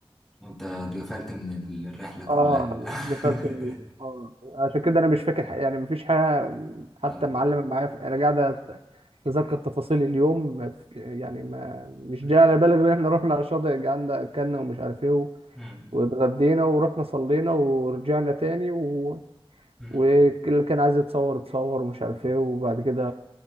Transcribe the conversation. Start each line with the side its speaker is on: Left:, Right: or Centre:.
Centre: انت اتغفلت من ال- الرحلة كلها
Right: اه
Centre: <laughs>
Right: قفلت من- اه عشان كده انا مش فاكر حاجة يعني مفيش حاجه حتى
Centre: اه
Right: معلمه معايا انا قاعد أت- اتذكر تفاصيل اليوم يعني ما مش
Centre: أمم.
Right: جاي على بالي غير ان احنا رحنا على الشاطئ قعدنا اكلنا ومش عارف ايه و-
Centre: أمم.
Right: واتغدينا ورحنا صلينا ورجعنا تاني و...
Centre: أمم.
Right: واللي كان عايز يتصور اتصور ومش عارف ايه وبعد كده